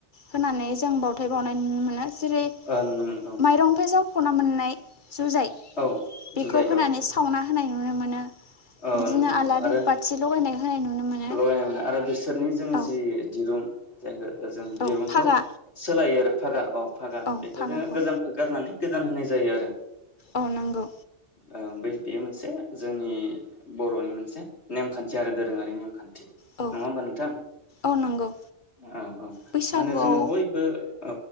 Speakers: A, on the left (about 45°); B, on the left (about 75°).
A: होनानै जों बावथाय बावनाय नुनो मोनो। जेरै
B: ओ नुनो मोनो औ
A: माइरंफ्राय जाव ख'ना मोननाय जुजाइ
B: औ
A: बेखौ
B: जुजाय
A: होनानै
B: औ
A: सावना होनाय नुनो मोनो
B: औ
A: बिदिनो
B: नंगौ नंगौ
A: आलारि
B: आरो
A: बाथि लगायनाय होनाय नुनो मोनो।
B: लगायनाय मोनो आरो बिसोरनि जोङो
A: औ
B: जि दिरुं <unintelligible> जों
A: औ
B: दिरुंखौ
A: फागा
B: सोलायो आरो। फागा अ। फागा
A: औ
B: बेखौ
A: फागाखौ
B: जोङो गोजामखौ गारनानै गोदान होनाय जायो आरो।
A: अ नंगौ।
B: ओ बे बेयो मोनसे जोंनि बर'नि मोनसे नेमखान्थि आरो दोरोङारि नेमखान्थि। थि
A: औ
B: नङा होमबा नोंथां
A: औ नंगौ
B: औ औ
A: बैसागुआव
B: माने जोङो बयबो औ।